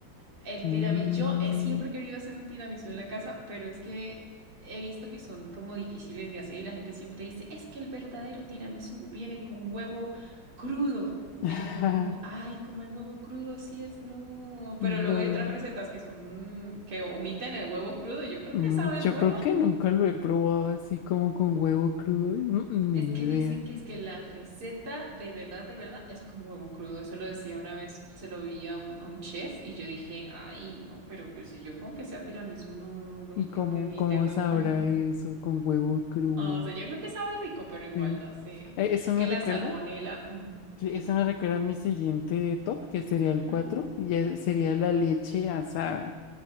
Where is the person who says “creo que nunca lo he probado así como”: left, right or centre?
Left